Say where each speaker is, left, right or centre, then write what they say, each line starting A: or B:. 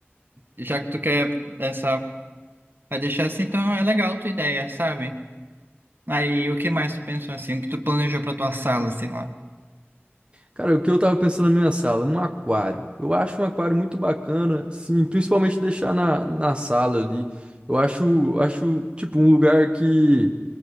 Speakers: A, on the right (about 50°); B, on the right (about 25°).
A: já que tu quer essa, vai deixar assim, então é legal a tua ideia, sabe? Aí, o que mais tu pensou assim? O que tu planejou pra tua sala, sei lá?
B: Cara, o que eu tava pensando na minha sala? Um aquário. Eu acho um aquário muito bacana, sim, principalmente deixar na, na sala ali. Eu acho, acho, tipo, um lugar que.